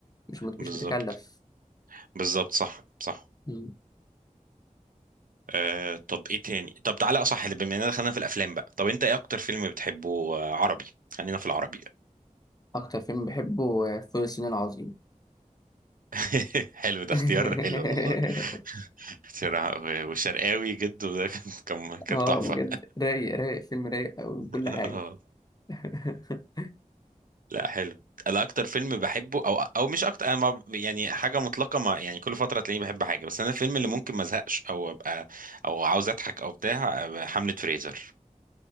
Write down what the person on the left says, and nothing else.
مش مش
بتكلف
مم.
اكتر فيلم بحبه آه، فول الصين العظيم
<laughs>
اه
بجد رايق رايق فيلم رايق أوي من
كل حاجة
<laughs>
مم.